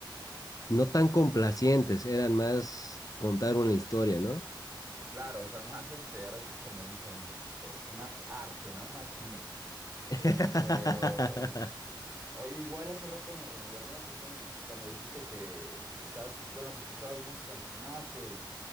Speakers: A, on the left; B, on the right.
A: no tan complacientes, eran más contar una historia, ¿no?
B: Claro, o sea, más este, ahora sí como dicen, este, más arte, ¿no? Más cine.
A: <laughs>
B: Pero Oye, igual hace rato me, me llamó la atención me- cuando dijiste que estabas, escu- bueno, que escuchabas música en el gimnasio y